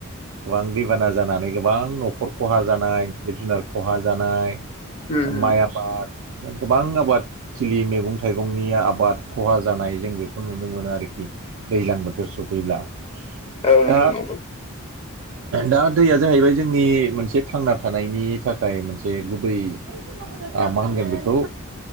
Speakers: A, on the right; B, on the left.
A: गोबां दैबाना जानानै गोबां न'खर खहा जानाय जिब जुनार खहा जानाय
B: उम उम
A: माइ आबाद गोबां आबाद थिलि मैगं थाइगंनि आबाद बाद खहा जानाय जों बेखौ नुनो मोनो आरोखि दैज्लां बोथोर सफैब्ला
B: औ नोंथां
A: दा
B: नंगौ
A: दा दैया जाहैबाय जोंनि मोनसे थांना थानायनि थाखाय मोनसे गुबै मा होनगोन बेखौ